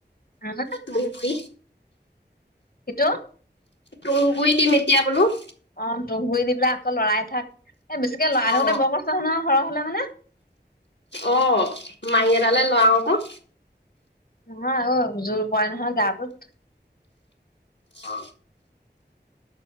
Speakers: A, on the left; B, on the left.
A: <unintelligible>
B: তুই বুই
A: সি-ট
B: তুগুৰি দিম এতিয়া বোলো
A: অ তুহ গুৰি দি পেলাই আকৌ লৰাই থাক এ বেছিকে লৰাই
B: অ
A: থাকোতে বৰ কষ্ট নহয় সৰহ হ'লে মানে
B: অ মাৰি এডালে লৰাওঁ ক
A: নোহা ঐ জোৰ পৰে নহয় গাটোত
B: অ